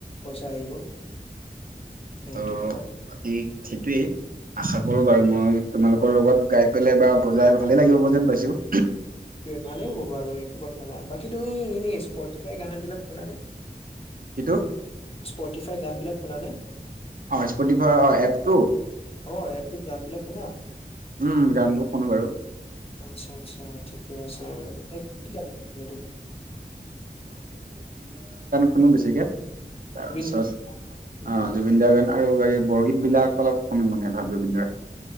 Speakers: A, on the left; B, on the right.
A: পইচা আহিব। সেইটোৱে
B: তাক সেইটোৱেই আশা কৰো বাৰু মই। তোমালোকৰ লগত গাই পলে বা বজাই ভালে লাগিব যেন পাইছো।
A: ভালেই হ'ব বাৰু একো কথা নাই বাকী তুমি এনে স্পফাই গানাবলাক খোল নে।
B: কিটো
A: স্পটিফাই গানবিলাক শোলানে।
B: অ স্পটিফাই অ এপটো।
A: অ এটোত গান বিলাক শুনা।
B: উম গান গ শুনো বাৰু।
A: আচ্ছা আচ্ছা ঠিক। ঠিক আছে কি গান এইটো।
B: ফোন বেছিকে। তাৰপিছত
A: দা? উম
B: অ জুবিন দাৰ গান আৰু বাকী বৰগীত বিলাক অলপ শুনো মানে। অ জুবিন দাৰ।